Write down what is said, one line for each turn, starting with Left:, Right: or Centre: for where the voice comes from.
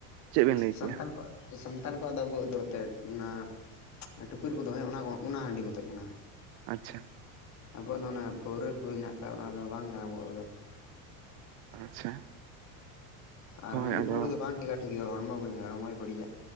Right: ᱪᱮᱫ ᱵᱮᱱ ᱞᱟᱹᱭ
Left: ᱥᱟᱱᱛᱟᱲ
Right: ᱠᱮᱭᱟ
Left: ᱠᱚᱣᱟᱜ ᱥᱟᱱᱛᱟᱲ ᱠᱚᱣᱟᱜ ᱫᱚ ᱟᱵᱚ ᱫᱚ ᱮᱱᱛᱮᱫ ᱚᱱᱟ ᱴᱩᱠᱩᱡ ᱨᱮᱠᱚ ᱫᱚᱦᱚᱭ ᱚᱱᱟ ᱚᱱᱟ ᱦᱟᱺᱰᱤ ᱢᱚᱛᱚᱡ ᱠᱟᱱᱟ
Right: ᱟᱪᱪᱷᱟ
Left: ᱟᱵᱚᱣᱟᱜ ᱫᱚ ᱚᱱᱟ ᱯᱟᱹᱣᱨᱟᱹ ᱠᱚ ᱦᱮᱱᱟᱜ ᱟᱠᱟᱫ ᱚᱱᱟᱫᱚ ᱵᱟᱝ ᱠᱟᱱᱟ ᱟᱵᱚᱣᱟᱜ ᱠᱚᱫᱚ
Right: ᱟᱪᱪᱷᱟ
Left: ᱟᱨ
Right: ᱦᱳᱭ
Left: ᱦᱟᱺᱰᱤ
Right: ᱟᱫᱚ
Left: ᱯᱟᱹᱣᱨᱟᱹ ᱫᱚ ᱵᱟᱝ ᱴᱷᱤᱠᱟ ᱴᱷᱤᱠ ᱫᱚ ᱦᱚᱲᱢᱚ ᱦᱚᱲᱢᱚᱭ ᱵᱟᱹᱲᱤᱡᱟ